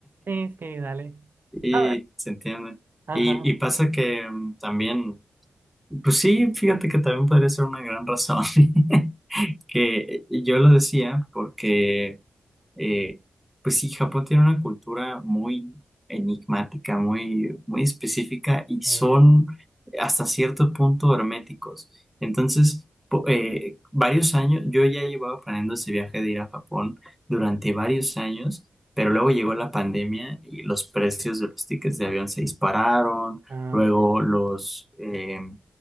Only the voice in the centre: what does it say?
Y
se entiende.
Y, y pasa que mm, también, pues sí, fíjate que también podría ser una gran razón. <laughs> que yo lo decía porque, eh, pues sí, Japón tiene una cultura muy enigmática, muy, muy específica y son
hasta cierto punto herméticos. Entonces, po- eh, varios años, yo ya llevaba planeando ese viaje de ir a Japón durante varios años, pero luego llegó la pandemia y los precios de los tickets de avión se dispararon,
luego
los... eh,